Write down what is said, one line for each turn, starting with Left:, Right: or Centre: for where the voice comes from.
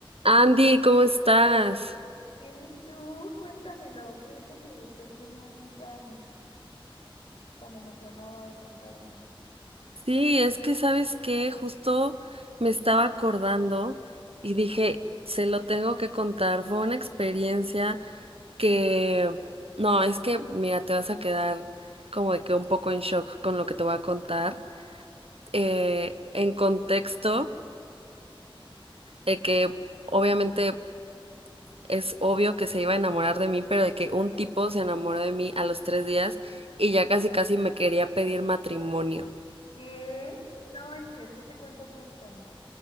Right: Andy, ¿cómo estás?
Left: Bien, ¿y tú? Cuéntamelo, ¿qué es lo que te tiene así tan, tan emocionada de contarme?
Right: Sí, es que sabes que justo me estaba acordando y dije, se lo tengo que contar. Fue una experiencia que, no, es que, mira, te vas a quedar como de que un poco en shock con lo que te voy a contar. Eh, en contexto, de que obviamente es obvio que se iba a enamorar de mí, pero de que un tipo se enamoró de mí a los tres días y ya casi casi me quería pedir matrimonio.
Left: ¿Qué? No manches, ¿hace cuánto fue esto?